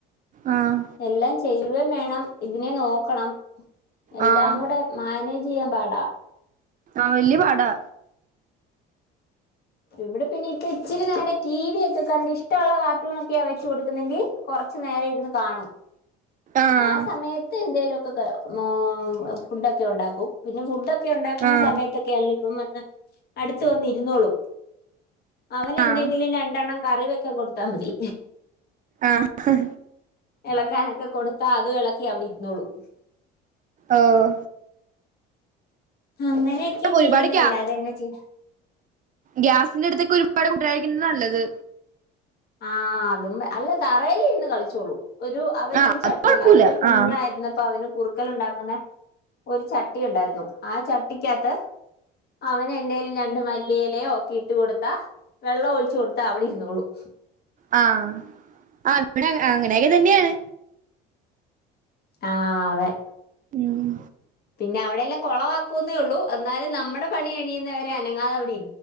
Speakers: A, on the right; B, on the left.
A: ആഹ്
B: എല്ലാം ചെയ്യുവെ വേണം ഇതിനെ നോക്കണം എല്ലാം
A: ആഹ്
B: കൂടെ മാനേജ് ചെയ്യാൻ പാടാ
A: ആഹ് വല്യ പാടാ
B: ഇവിടെ പിന്നെ ഇപ്പ ഇച്ചിരി നേരം ടി വി ഒക്കെ കണ്ട് ഇഷ്ടൊള്ള കാർട്ടൂൺ ഒക്കെയ വെച്ചു കൊടുക്കുന്നെങ്കിൽ കൊറച്ചു നേരം ഇരുന്ന് കാണും
A: ആഹ്
B: ആ സമയത്ത് എന്തേലൊ ഓ ഫുഡൊക്കെ ഒണ്ടാക്കും പിന്നെ ഫുഡ്ഡൊക് ക്ക ഒണ്ടാക്കുന്ന
A: ആഹ്
B: സമയത്തൊക്കെ അല്ലെ അപ്പം വന്ന് അടുത്ത് വന്നിരുന്നോളും അവൻ
A: ആഹ്
B: എന്തെങ്കിലും രണ്ടെണ്ണം കറി വെ ക്ക കൊടുത്താ മതി
A: ആഹ്
B: ഇളക്കാനൊക്കെ കൊടുത്ത് അത് വിളക്കി അവിടെ ഇന്നോളും
A: ആഹാ
B: അങ്ങനെയൊക്കെ ചെയ്യുന്നല്ലാതെ
A: ഒരുപാട്
B: എന്നാ ചെയ്യും
A: ഗ്യാസ് <unintelligible> ഒരുപാട് <unintelligible> നല്ലത്
B: ആ അതും അല്ല തറയില് ഇരുന്ന് കളിച്ചോളും ഒരു അവന്
A: ആഹ്
B: ഒരു
A: അത്
B: ചട്ടിയുണ്ട്
A: കൊഴപ്പൂല്ല
B: അവന്റെ കുഞ്ഞായിരുന്നപ്പോ
A: ആഹ്
B: അവന് കുറുക്കല് ഉണ്ടാക്കുന്ന ഒരു ചട്ടി ഉണ്ടായിരുന്നു ആ ചട്ടിക്കാത്ത് അവൻ എന്തേലും രണ്ട് മല്ലിഇലയോ <unintelligible> വെള്ളം ഒഴിച്ചു കൊടുത്താ അവിടെ ഇരുന്നോളും
A: ആഹാ ആ ഇവിടെ അങ്ങനെയൊക്കെ തന്നെയാണ്
B: ആഹാ അതെ
A: ഉം
B: പിന്നെ അവിടെല്ലാം കൊളവാക്കുന്നേ ഉള്ളൂ എന്നാലും നമ്മുടെ പണി കഴിയുന്നവരെ അനങ്ങാതെ അവിടെ ഇ